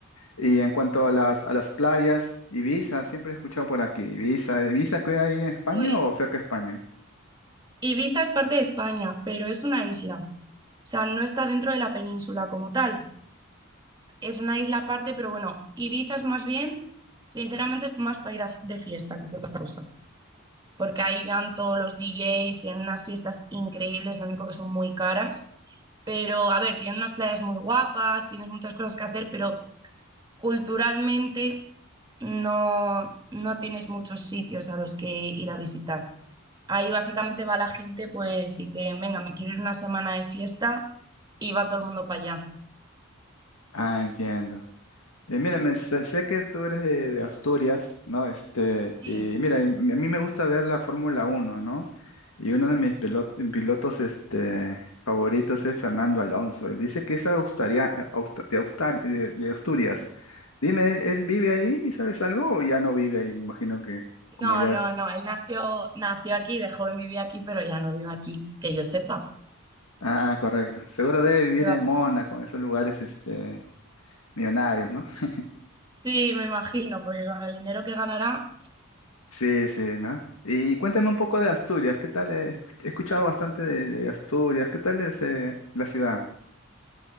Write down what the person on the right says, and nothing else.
Uy,
Ibiza es parte de España, pero es una isla. O sea, no está dentro de la península como tal. Es una isla aparte, pero bueno, Ibiza es más bien, sinceramente, es más para ir a- de fiesta que otra cosa. porque ahí van todos los DJs, tienen unas fiestas increíbles, lo único que son muy caras. Pero, a ver, tienen unas playas muy guapas, tienes muchas cosas que hacer, pero culturalmente no, no tienes muchos sitios a los que ir a visitar. Ahí básicamente va la gente, pues dice, venga, me quiero ir una semana de fiesta y va todo el mundo para allá.
Sí,
no,
no,
no, él nació, nació aquí, de joven vivía aquí, pero ya no vive aquí, que yo sepa.
Vive
aquí.
Sí, me imagino, porque con el dinero que ganará